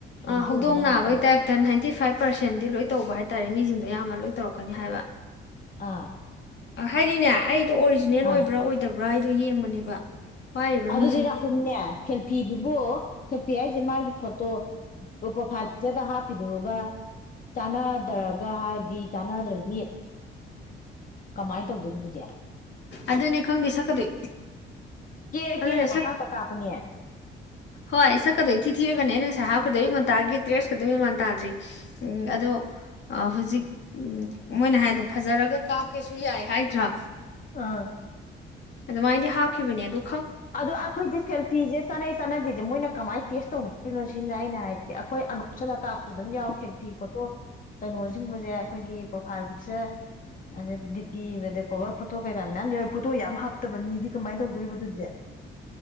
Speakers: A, on the left (about 65°); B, on the left (about 40°).
A: ꯑ
B: ꯚꯤꯗꯤꯑꯣꯗꯨꯅ
A: ꯍꯧꯗꯣꯡ ꯅꯥꯕꯒꯤ
B: ꯍꯥꯏꯇꯥꯏꯗꯣ
A: ꯇꯥꯏꯞꯇ ꯅꯥꯏꯟꯇꯤ ꯐꯥꯏꯚ ꯄꯥꯔꯁꯦꯟꯗꯤ ꯂꯣꯏ ꯇꯧꯕ ꯍꯥꯏꯇꯥꯔꯦ ꯃꯤꯁꯤꯡꯗꯣ ꯌꯥꯝꯕ ꯂꯣꯏ ꯇꯧꯔꯛꯀꯅꯤ ꯍꯥꯏꯕ
B: ꯑꯥ
A: ꯍꯥꯏꯗꯤꯅꯦ ꯑꯩꯗꯣ ꯑꯣꯔꯤꯖꯤꯅꯦꯜ ꯑꯣꯏꯕ꯭ꯔꯥ
B: ꯑꯥ
A: ꯑꯣꯏꯗꯕ꯭ꯔꯥ ꯕ꯭ꯔꯥꯏꯗꯨꯣ ꯌꯦꯡꯕꯅꯦꯕ ꯄꯥꯏꯔꯤꯕ
B: ꯑꯗꯨꯗ
A: ꯃꯤꯁꯦ
B: ꯅ ꯑꯩꯈꯣꯏꯅꯦ ꯁꯦꯜꯐꯤꯗꯨꯕꯨ ꯁꯦꯜꯐꯤ ꯍꯥꯏ ꯁꯦ ꯃꯥꯒꯤ ꯐꯣꯇꯣ ꯄ꯭ꯔꯣꯐꯥꯏꯜ ꯄꯤꯛꯆꯔꯗ ꯍꯥꯞꯄꯤꯗꯣꯛꯑꯒ ꯆꯥꯟꯅꯗ꯭ꯔꯒ ꯍꯥꯏꯔꯗꯤ ꯆꯥꯟꯅꯗ꯭ꯔꯗꯤ ꯀꯃꯥꯏꯅ ꯇꯧꯗꯣꯏꯕꯗꯨꯗꯤ
A: ꯑꯗꯨꯅꯦ ꯈꯪꯗꯦ ꯁꯛꯀꯗꯣꯏ
B: ꯀꯦꯔ
A: ꯑꯗꯨꯅꯦ
B: ꯀꯦꯔ ꯄꯪꯀꯥꯞꯇ ꯀꯥꯞꯄꯅꯦ
A: ꯍꯣꯏ ꯁꯛꯀꯗꯣꯏ ꯏ ꯊꯤ ꯊꯤꯔꯒꯅꯦ ꯑꯩꯅ ꯉꯁꯥꯏ ꯈꯨꯗꯏꯌꯛ ꯉꯟꯇꯥꯒꯤ ꯗ꯭ꯔꯦꯁꯀ ꯑꯗꯨꯝ ꯃꯃꯥꯟ ꯇꯥꯗ꯭ꯔꯤ ꯑꯗꯣ ꯍꯧꯖꯤꯛ ꯃꯣꯏꯅ ꯍꯥꯏꯗꯣ ꯐꯖꯔꯒ ꯀꯥꯞꯀꯦꯁꯨ ꯌꯥꯏ ꯍꯥꯏꯗ꯭ꯔꯥ
B: ꯑꯥ
A: ꯑꯗꯨꯃꯥꯏꯅꯗꯤ ꯍꯥꯞꯈꯤꯕꯅꯦ ꯑ
B: ꯑꯗꯣ ꯑꯩꯈꯣꯏꯗꯤ ꯁꯦꯜꯐꯤꯁꯦ ꯆꯠꯅꯩ ꯆꯥꯟꯅꯗꯦꯁꯦ ꯃꯣꯏꯅ ꯀꯃꯥꯏꯅ ꯇꯦꯁ ꯇꯧꯕꯗꯣꯏꯅꯣ ꯁꯤ ꯑꯩꯅ ꯍꯥꯏꯗꯤ ꯑꯩꯈꯣꯏ ꯑꯅꯁꯂꯥ ꯑꯗꯨꯝ ꯌꯥꯎ ꯊꯦ ꯐꯤ ꯐꯣꯠꯇꯣ ꯀꯩꯅꯣꯁꯤꯡꯤꯡꯕꯁꯦ ꯑꯩꯈꯣꯏꯒꯤ ꯄ꯭ꯔꯣꯐꯥꯏꯜ ꯄꯤꯛꯆꯔ ꯑꯗꯩ ꯗꯤ ꯄꯤꯕꯗ ꯀꯣꯕꯔ ꯐꯣꯇꯣ ꯀꯩꯀꯥ ꯃꯌꯥꯝ ꯌꯥꯎꯋꯤ ꯐꯣꯇꯣ ꯌꯥꯝ ꯍꯥꯞꯇꯕ ꯃꯤꯗꯤ ꯀꯃꯥꯏꯅ ꯇꯧꯗꯣꯔꯤꯕ ꯑꯗꯨꯗꯤ